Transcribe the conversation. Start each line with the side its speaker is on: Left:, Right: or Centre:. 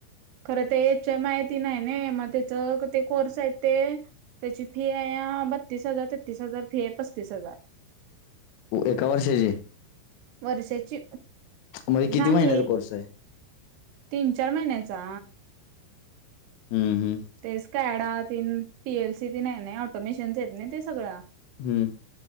Right: खरं तर याच्या माहिती नाही ना मग त्याच ते कोर्स आहेत ते त्याची फी आहे बत्तीस हजार, तेत्तीस हजार फी आहे पस्तीस हजार.
Left: एका वर्षाची?
Right: वर्षाची
Left: म्हणजे किती
Right: नाही
Left: महिन्याचा कोर्स आहे
Right: तीन चार महिन्याचा
Left: हम् हम्
Right: तेच कॅडा तीन पीएलसी तीन आहे ना ऑटोमेशन्स आहेत ना ते सगळं
Left: हम्म